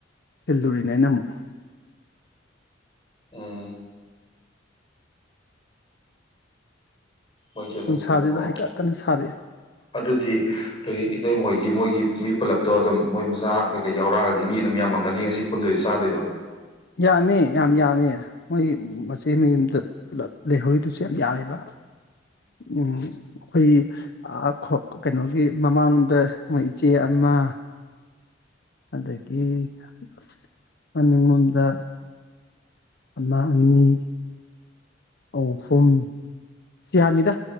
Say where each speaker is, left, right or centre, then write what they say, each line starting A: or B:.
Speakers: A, on the left (about 60°); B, on the left (about 30°).
A: ꯊꯤꯜꯂꯨꯔꯤꯅꯦ ꯑꯩꯅ ꯑꯃꯨꯛ
B: ꯎꯝ ꯃꯣꯏꯒꯤ
A: ꯑꯁ
B: ꯑꯗꯨꯝ
A: ꯅꯨꯡꯁꯥꯁꯤꯗ
B: ꯀꯩꯅꯣꯗ ꯑꯣ
A: ꯍꯩꯀꯠꯇꯅ ꯁꯥꯔꯛꯑꯦ
B: ꯑꯗꯨꯗꯤ ꯅ ꯏꯇꯩꯩ ꯃꯣꯏ ꯃꯣꯏꯒꯤ ꯃꯤ ꯄꯨꯜꯂꯞꯇꯣ ꯑꯗꯨꯝ ꯃꯣꯏ ꯃꯆꯥ ꯀꯩꯀꯩ ꯌꯥꯎꯔꯛꯑꯒꯗꯤ ꯃꯤ ꯑꯗꯨꯝ ꯌꯥꯝꯃꯝꯒꯅꯤ ꯉꯁꯤ ꯄꯨꯟꯗꯣꯏꯣ ꯆꯥꯗꯣꯏꯗꯣ
A: ꯌꯥꯝꯃꯦ ꯌꯥꯝ ꯌꯥꯝꯃꯦ ꯃꯣꯏ ꯃꯆꯦꯅ ꯌꯨꯝꯗ ꯄꯨꯂꯞ ꯂꯩꯍꯧꯔꯤꯗꯨꯁꯨ ꯌꯥꯝ ꯌꯥꯝꯃꯦꯕ ꯎꯝ ꯑꯈꯣꯏ ꯑ ꯀꯩꯅꯣꯒꯤ ꯃꯃꯥꯡꯗ ꯃꯣꯏ ꯏꯆꯦ ꯑꯃ ꯑꯗꯒꯤ ꯑꯁ ꯃꯅꯤꯡꯂꯣꯝꯗ ꯑꯃ ꯑꯅꯤ ꯑꯧ ꯐꯨꯝ ꯌꯥꯝꯃꯤꯗ